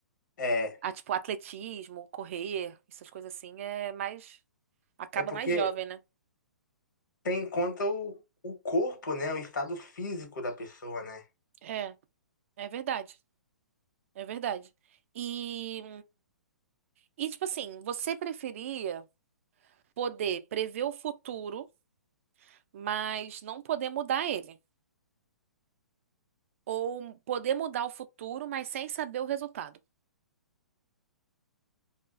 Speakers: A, on the left; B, on the right.
A: É,
B: Ah, tipo, atletismo, correr, essas coisas assim, é mais. Acaba
A: é porque
B: mais jovem, né?
A: tem em conta o, o corpo, né? O estado físico da pessoa, né?
B: É, é verdade. É verdade. E, e tipo assim, você preferia poder prever o futuro, mas não poder mudar ele? Ou poder mudar o futuro, mas sem saber o resultado?